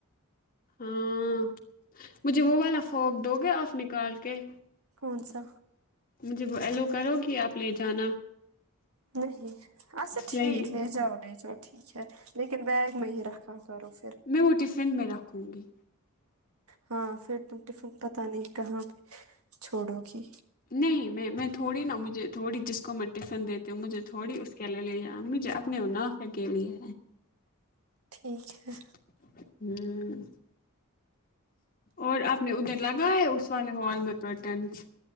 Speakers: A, on the left; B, on the right.
A: ہاں مجھے وہ والا فوک دو گے آپ نکال کے
B: کون سا
A: مجھے وہ ایلو کرو گی آپ لے جانا
B: نہیں اچھا ٹھیک
A: نہیں
B: لے جاؤ لے جاؤ ٹھیک ہے لیکن بیگ میں ہی رکھاں کرف
A: میں وہ ٹفن میں رکھوں گی
B: ہاں پھر تم ٹفن پتا نہیں کہاں پہ چھوڑو گی
A: نہیں میں میں تھوڑی نا مجھے تھوڑی جس کو م ٹفن دیتی ہوں مجھے تھوڑی اس کے لے لے آ مجھے اپنے نفع کے لیے
B: ٹھیک
A: ہوں
B: ہے
A: اور آپ نے ادھر لگاائے اس والے ہال میں پرٹنس